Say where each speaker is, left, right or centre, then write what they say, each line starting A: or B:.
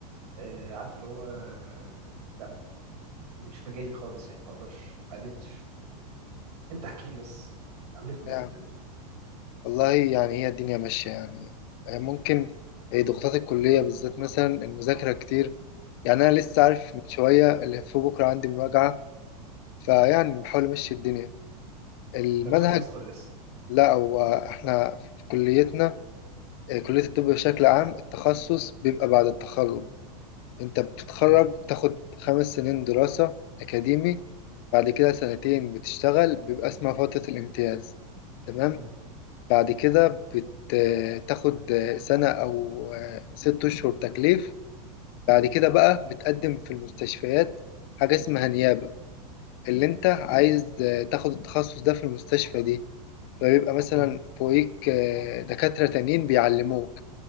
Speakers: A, on the right; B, on the left.
A: أه عارف اللي هو آه، لا مش مجالي خالص يعني ما اقدرش ما قدرتش انت احكي لي بس عامل ايه في كلية
B: يعني
A: الطب
B: والله يعني هي الدنيا ماشيه يعني آه، ممكن آه، ضغوطات الكليه بالذات مثلا المذاكره كتير يعني انا لسه
A: مم.
B: عارف من شويه اللي في بكره عندي مراجعه فيعني
A: مم.
B: بحاول امشي الدنيا المنهج
A: انت اتخصصت ولا لسه
B: لا هو احنا في كليتنا آه، كلية الطب بشكل عام التخصص بيبقى بعد التخرج انت بتتخرج
A: مم.
B: بتاخد خمس سنين دراسة أكاديمي بعد كده سنتين بتشتغل بيبقى اسمها فترة الامتياز تمام
A: مم.
B: بعد كده بتاخد سنة أو آه، ست أشهر تكليف
A: مم.
B: بعد كده بقى بتقدم في المستشفيات حاجة اسمها نيابة اللي انت عايز آه، تاخد التخصص ده في المستشفى دي فبيبقى مثلا
A: مم.
B: فوقيك آه، دكاترة تانيين بيعلموك